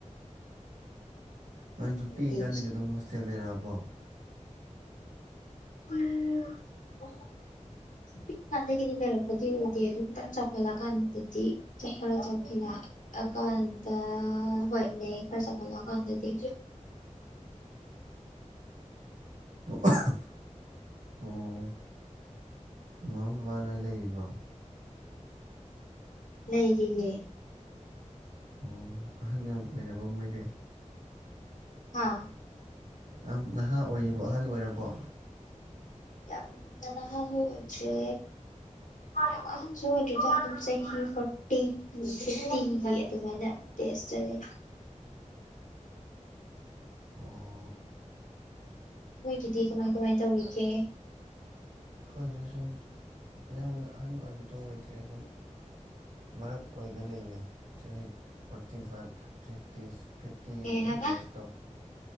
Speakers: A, on the right; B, on the left.
A: ꯅꯪꯁꯨ
B: ꯑꯩꯗꯤ
A: ꯄꯤꯛꯏꯀꯥꯟꯗꯒꯤ ꯑꯗꯨꯝ ꯍꯣꯁꯇꯦꯜ ꯂꯩꯔꯛꯑꯕꯣ
B: ꯎ <unintelligible> ꯄꯤꯛꯄꯀꯥꯟꯗꯒꯤꯗꯤ ꯂꯩꯔꯛꯄꯗꯤ ꯑꯣꯏꯗꯦ ꯑꯗꯨ ꯈꯤꯇꯪ ꯆꯥꯎꯈꯠꯂꯛꯀꯥꯟꯗꯗꯤ <unintelligible> <unintelligible> ꯑꯀꯥꯟꯗ ꯍꯣꯏ ꯂꯩꯌꯦ ꯈꯔ ꯆꯧꯈꯠꯂꯛꯑꯒꯥꯟꯗꯗꯤ
A: ꯑꯣ <unintelligible> ꯑꯝ ꯃꯃꯥ ꯕꯕꯥ ꯂꯣꯏ ꯂꯩꯔꯤꯕꯣ
B: ꯂꯩꯔꯤꯌꯦ
A: ꯑꯣ ꯑꯍꯥꯜ ꯌꯥꯝ ꯑꯣꯏꯔꯕ ꯃꯣꯏꯗꯤ
B: ꯍꯥꯥ
A: ꯌꯥꯝ ꯅꯍꯥ ꯑꯣꯏꯔꯤꯕꯣ ꯑꯍꯟ ꯑꯣꯏꯔꯕꯣ
B: ꯌꯥꯝꯅ ꯅꯍꯥ ꯑꯣꯢꯗ꯭ꯔꯦ ꯌꯥꯝ ꯑꯍꯟꯁꯨ ꯑꯣꯏꯗ꯭ꯔꯦ ꯑꯗꯨꯝ ꯆꯍꯤ ꯐꯣꯔꯇꯤ ꯐꯤꯐꯇꯤꯒꯤ ꯑꯗꯨꯃꯥꯏꯅ ꯇꯦꯁ ꯆꯠꯂꯦ
A: ꯑꯣ
B: ꯅꯣꯏꯒꯤꯗꯤ ꯀꯃꯥꯏ ꯀꯃꯥꯏ ꯇꯧꯔꯤꯒꯦ
A: ꯑꯩꯈꯣꯏꯗ ꯁꯨꯝ ꯃꯌꯥꯝꯅ ꯑꯍꯟ ꯑꯣꯏꯕꯗꯨ ꯑꯣꯏꯗ꯭ꯔꯦ ꯑꯗꯨꯝ ꯃꯔꯛ ꯑꯣꯏꯗ ꯂꯩꯔꯦ ꯆꯍꯤ ꯐꯣꯔꯇꯤ ꯐꯥꯏꯚ ꯐꯤꯐꯇꯤꯁ ꯐꯤꯐꯇꯤꯃꯨꯛ
B: ꯀꯩ ꯍꯥꯏꯕ
A: ꯔꯦꯟꯖꯇꯣ